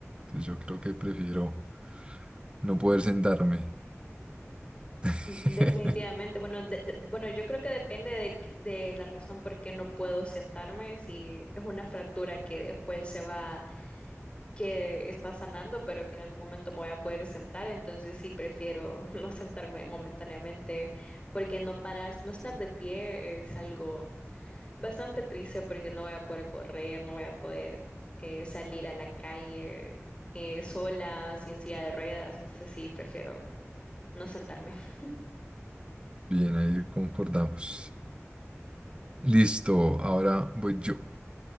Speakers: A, on the right (about 20°); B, on the left (about 25°).
A: Entonces yo creo que prefiero no poder sentarme. <laughs>
B: Definitivamente. Bueno, de- de- bueno, yo creo que depende de, de la razón por qué no puedo sentarme, si es una fractura que después se va, que está sanando, pero que en algún momento me voy a poder sentar, entonces sí prefiero <laughs> no sentarme momentáneamente, porque no parar, no estar de pie es algo bastante triste porque no voy a poder correr, no voy a poder eh, salir a la calle eh, sola, sin silla de ruedas, entonces sí, prefiero no sentarme. <laughs>
A: Bien, ahí concordamos. Listo, ahora voy yo.